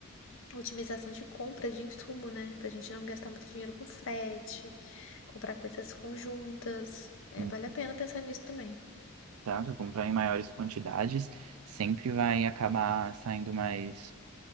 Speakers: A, on the left; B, on the right.
A: otimização de compra de insumo, né? Pra gente não gastar muito dinheiro com frete, comprar coisas conjuntas. É,
B: Hum,
A: vale a pena pensar nisso também.
B: Exato. Comprar em maiores quantidades sempre vai acabar saindo mais.